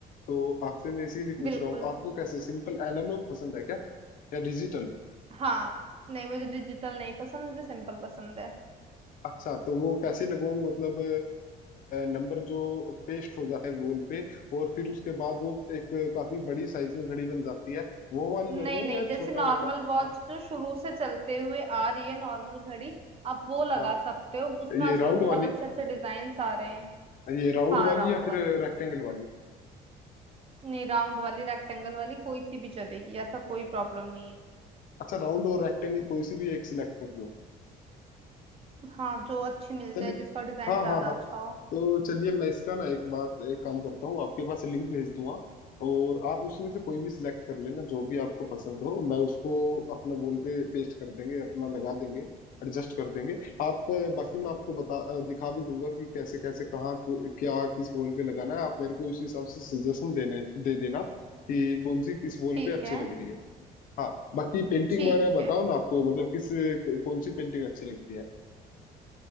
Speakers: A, on the left; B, on the right.
A: तो आपसे मैं इसीलिए पूछ
B: बिल्कुल
A: रहा हूँ आपको कैसे सिंपल एनालॉग पसंद है क्या या डिजिटल
B: हाँ नहीं मुझे डिजिटल नहीं पसंद मुझे सिंपल पसंद है
A: अच्छा तो वो कैसे लगवाऊं मतलब नंबर जो पेस्ट हो जाता है गोल पे और फिर उसके बाद वो एक काफी बड़ी साइज में घड़ी बन जाती है वो वाली
B: नहीं
A: लगवाऊं
B: नहीं
A: या
B: जैसे
A: छोटा
B: नॉर्मल
A: मोटा
B: वॉच
A: हाँ
B: जो शुरू से चलते हुए आ रही है नॉर्मल घड़ी आप वो लगा
A: हाँ
B: सकते हो उसमें
A: ये
B: आजकल
A: राउंड
B: बहुत
A: वाली
B: अच्छे अच्छे डिजाइन्स आ रहे हैं
A: ये राउंड
B: हाँ
A: वाली
B: राउंड
A: या फिर
B: वाली
A: रेक्टेंगल वाली
B: नहीं राउंड वाली रेक्टेंगल वाली कोई सी भी चलेगी ऐसा कोई प्रॉब्लम नहीं है
A: अच्छा राउंड और रेक्टेंगल कोई सी भी एक सिलेक्ट कर
B: हाँ जो अच्छी मिल
A: चलिए
B: जाए जिसका डिजाइन
A: हाँ
B: ज्यादा
A: हाँ हाँ
B: अच्छा हो
A: तो चलिए मैं इसका ना एक बात एक काम करता हूँ आपके पास लिंक भेज दूंगा और आप उसमें से कोई भी सिलेक्ट कर लेना जो भी आपको पसंद हो मैं उसको अपना वॉल पे पेस्ट कर देंगे अपना लगा देंगे एडजस्ट कर देंगे आप अ, बाकी मैं आपको बता अ, दिखा भी दूंगा कि कैसे कैसे कहाँ को- क्या किस वॉल पे लगाना है आप मेरे को उस हिसाब से सजेशन देने दे देना कि कौन सी किस वॉल
B: ठीक
A: पे अच्छी
B: है
A: लग रही है हाँ बाकी पेंटिंग
B: ठीक
A: वगैरह
B: है
A: बताओ ना आपको मतलब किस कौन सी पेंटिंग अच्छी लगती है